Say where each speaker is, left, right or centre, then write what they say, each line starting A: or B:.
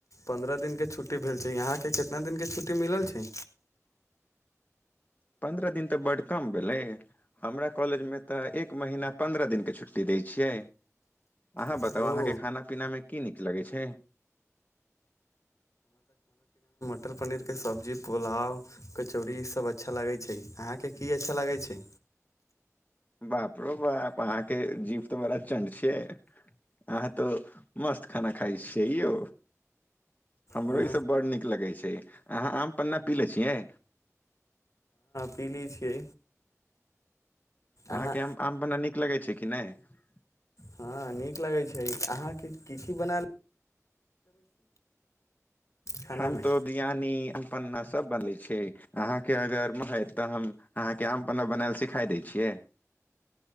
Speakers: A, on the left; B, on the left.
A: पन्द्रह दिनक के छुट्टी भेल छै यहााँ के कितना दिनक के छुट्टी मिलल छै
B: पन्द्रह दिन तऽ बड्ड कम भेलै हमरा कॉलेजमे तऽ एक महीना पन्द्रह दिनके छुट्टी दै छियै अहाँ
A: ओ
B: बताउ अहाँके खाना पीनामे की नीक लगै छै
A: पनिर के सब्जी पुलाउ कचौड़ी सभ सब अच्छा लगै छै अहाँके की अच्छा लगै छै
B: बाप रो बाप अहाँके जीव तऽ बड़ा चणड छियै अहाँ तो मस्त खाना खाइ छियै यौ हमरो
A: हँ
B: ईसभ बड़ नीक लगै छै अहाँ आम पन्ना पी ले छियै
A: पीली छियै
B: अहाँके
A: अहाँ
B: आम आम बना नीक लगैत छै कि नहि
A: हँ नीक लगै छै अहाँके की की बनाल खानामे
B: हम तो बिरयानी अहाँ सब बनबै छि अहाँ कें हम बनल बनल सीखाय दै छिय